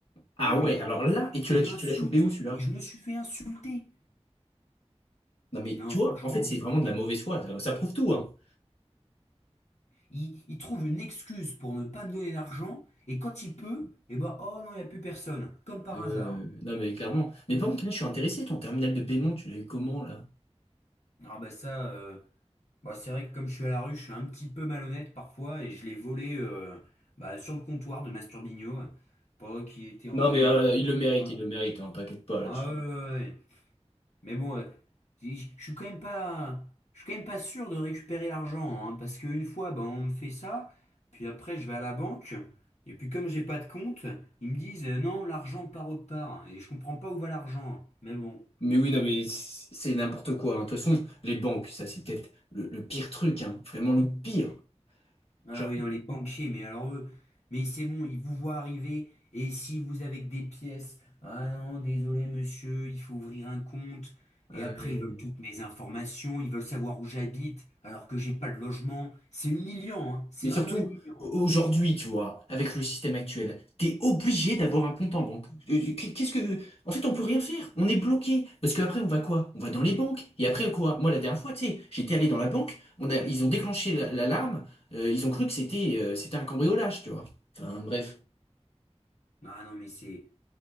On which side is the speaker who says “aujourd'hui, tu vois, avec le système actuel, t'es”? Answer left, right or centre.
Left